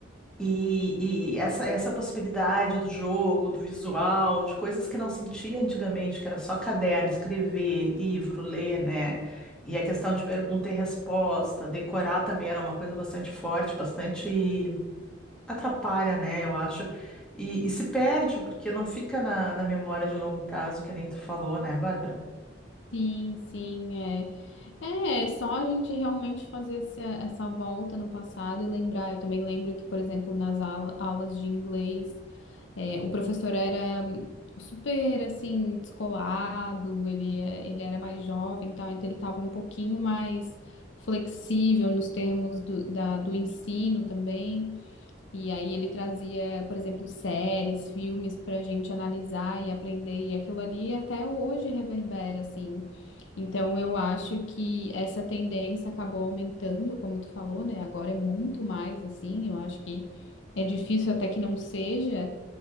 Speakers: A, in the centre; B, on the left.
A: e, e essa essa possibilidade do jogo, do visual, de coisas que não sentia antigamente, que era só caderno, escrever, livro, ler, né? E a questão de pergunta e resposta, decorar também era uma coisa bastante forte, bastante atrapalha, né? Eu acho. E, e se perde, porque não fica na, na memória de longo prazo, que nem tu falou, né, Bárbara?
B: Sim, sim. é. É, é só a gente realmente fazer esse- essa volta no passado e lembrar. Eu também lembro que, por exemplo, nas aula- aulas de inglês, é, o professor era hum, super, assim, descolado, ele, é- ele era mais jovem e tal, então ele estava um pouquinho mais flexível nos termos do, da- do ensino também. E aí ele trazia, por exemplo, séries, filmes para a gente analisar e aprender, e aquilo ali até hoje reverbera, assim. Então eu acho que essa tendência acabou aumentando, como tu falou, né? Agora é muito mais assim, eu acho que é difícil até que não seja,